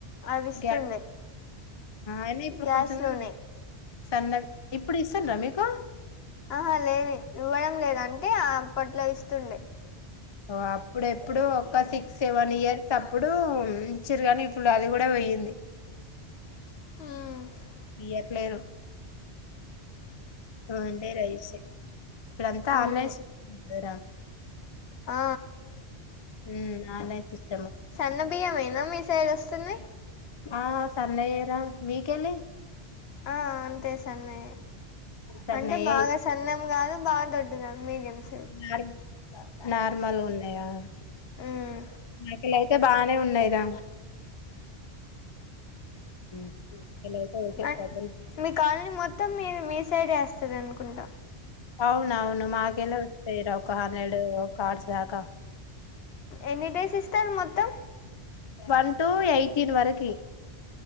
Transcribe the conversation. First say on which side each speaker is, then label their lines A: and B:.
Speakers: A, on the left (about 70°); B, on the left (about 40°).
A: అది ఇస్తుండే
B: గ్యా అనా ఇప్పుడు
A: గ్యాస్
B: కొంచం
A: నూనె
B: సందప్పు ఇప్పుడు ఇస్సుండ్రా మీకు
A: ఆహా లేదు ఇవ్వడం లేదు అంటే అప్పట్లో ఇస్తుండే
B: ఓ అప్పుడెప్పుడు ఒక సిక్స్ సెవెన్ ఇయర్స్ అప్పుడు ఇచిరుగాని ఇప్పుడు అది కూడా పోయింది
A: మ్మ్
B: ఇయ్యట్లేరు ఓన్లీ రైస్ ఇప్పుడంతా
A: అవును
B: ఆన్లైన్ గదార
A: ఆ
B: మ్మ్ ఆన్లైన్ సిస్టం
A: సన్న బియ్యమేనా మీ సైడ్ వస్తున్నాయ్
B: ఆ సన్నయేరా మీకలి
A: ఆ అంతే సన్నయ
B: సన్నయే
A: అంటే బాగా సన్నం కాదు బాగా దొడ్డుగా మీడియం సైజ్
B: నార్ నార్మల్ ఉన్నాయా
A: ఉమ్
B: మాకులయితే అ బానే ఉన్నాయిరా మాకెళ్ళైతే ఓకే
A: అ
B: ప్రజెంట్
A: మీ కాల్ని మొత్త్ మొత్తం మీ మీ సైడ్ ఎస్తది అనుకుంట
B: అవునవును మాకెల్లా వస్తస్తాయిరా ఒక హండ్రెడ్ కార్డ్స్ దాకా
A: ఎన్ని డేస్ ఇస్తారు మొత్తం
B: వన్ టు ఎయిటీన్ వరకి